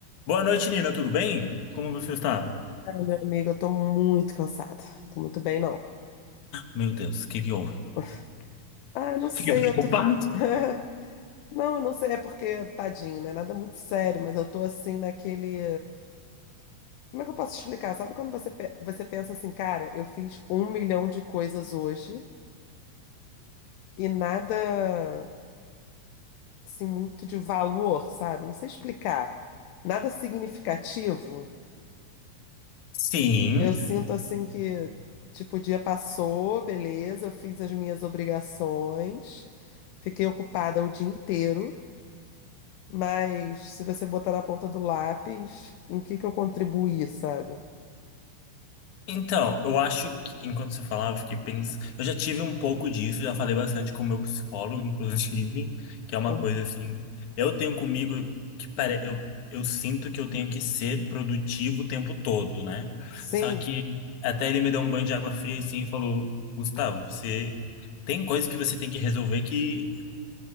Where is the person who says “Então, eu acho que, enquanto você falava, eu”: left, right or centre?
Left